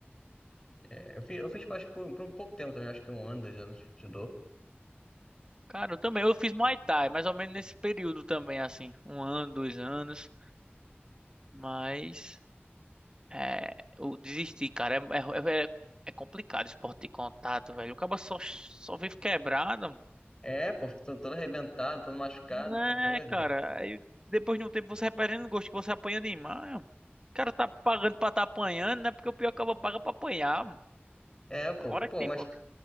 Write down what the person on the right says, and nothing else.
Cara, eu também. Eu fiz Muay Thai, mais ou menos nesse período também, assim. Um ano, dois anos. Mas. É, eu desisti, cara. É, é, é, é complicado esporte de contato, velho. O cara só, só vive quebrado.
Né,
cara?
Aí depois de um tempo você vai perdendo gosto, que você apanha demais. O cara tá pagando pra tá apanhando, né? Porque o pior acaba paga pra apanhar.
Agora
que,
tipo.